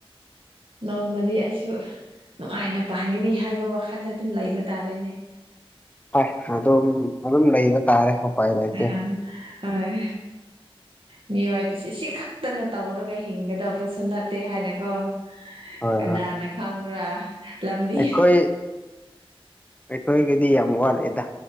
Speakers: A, on the right; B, on the left.
A: ꯅꯎꯃꯗꯤ ꯑꯩꯁꯨ ꯅꯨꯡꯉꯥꯏꯅ ꯄꯥꯟꯒꯅꯤ ꯍꯥꯏꯕ ꯋꯥꯈꯜꯗ ꯑꯗꯨꯝ ꯂꯩꯕ ꯇꯥꯔꯦꯅꯦ
B: ꯍꯣꯏ ꯑꯗꯨꯝ ꯑꯗꯨꯝ ꯂꯩꯕ ꯇꯥꯔꯦ ꯎꯄꯥꯏ ꯂꯩꯇꯦ
A: ꯑ ꯍꯣꯏ ꯃꯤꯑꯣꯏꯕꯁꯦ ꯁꯤ ꯈꯛꯇꯅ ꯇꯧꯔꯒ ꯍꯤꯡꯒꯗꯕꯁꯨ ꯅꯠꯇꯦ ꯍꯥꯏꯅꯀꯣ
B: ꯍꯣꯏ
A: ꯀꯅꯥꯅ ꯈꯪꯕ꯭ꯔꯥ ꯂꯪꯕꯤ
B: ꯑꯩꯈꯣꯏ ꯑꯩꯈꯣꯏꯒꯤꯗꯤ ꯌꯥꯝ ꯋꯥꯠꯂꯦꯗ